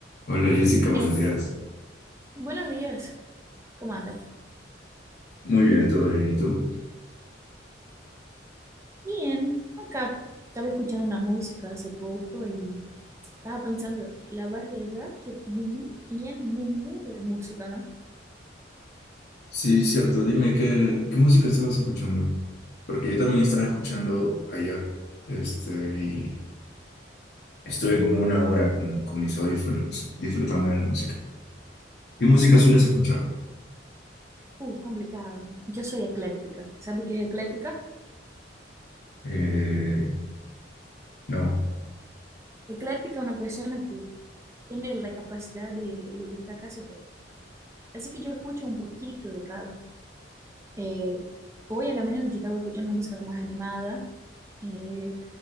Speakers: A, on the left (about 60°); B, on the right (about 15°).
A: Hola Jessica, buenos
B: Eh,
A: días.
B: buenos días, ¿cómo anda?
A: Muy bien, todo bien. ¿Y tú?
B: Bien, acá estaba escuchando una música hace poco y estaba pensando la variedad que tiene y el mundo de música, ¿no?
A: Sí, cierto. Dime, ¿qué, qué música estabas escuchando? Porque yo también estaba escuchando ayer, este, y estuve como una hora con, con mis audífonos disfrutando de la música. ¿Qué música sueles
B: Sí,
A: escuchar?
B: uh, complicado. Yo soy ecléctica. ¿Sabe qué es ecléctica?
A: Eh, no.
B: Ecléctica es una persona que tiene la capacidad de le gusta casi todo. Así que yo escucho un poquito de cada. Eh, hoy en la mañana yo estaba escuchando música más animada. eh,